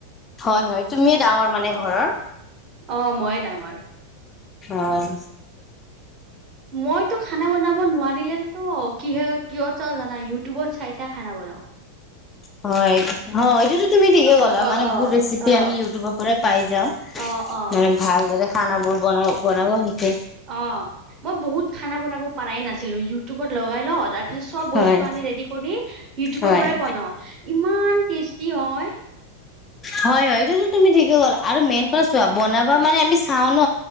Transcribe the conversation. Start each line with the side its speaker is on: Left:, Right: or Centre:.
Left: হয় হয় তুমিয়ে ডাঙৰ
Right: অ
Left: মানে ঘৰৰ।
Right: অ অ মইয়ে ডাঙৰ
Left: অঁ।
Right: মইতো খানা বনাব নোৱাৰিলে ন', কিহত কিহত চাওঁ জানা ই টউবত চাই চাই খানা বনাওঁ।
Left: হয়, হয়, এইটোতো তুমি ঠিকে ক'লা,
Right: অ অ
Left: মানে
Right: অ
Left: বহুত ৰেচিপি
Right: অ
Left: আমি ইউটিউবৰ পৰাই পাই যাও,
Right: অ অ
Left: মানে ভালদৰে খানাবোৰ বন বনাব শিকে।
Right: অঁ, মই বহুত খানা বনাব পাৰাই নাছিলো। ইউটিউবত লগাই লওঁ, তাৰ পিছত চব বস্তু
Left: হয়
Right: আনি ৰেডি কৰি, ইউটিউবৰ
Left: হয়
Right: পৰাই বনাও। ইমান টেষ্ট টি হয়।
Left: হয় হয় এইটোতো তুমি ঠিকে গ'ল আৰু মেইন কথা চোৱা
Right: অ
Left: বনাব
Right: অ
Left: মানে আমি চাও ন'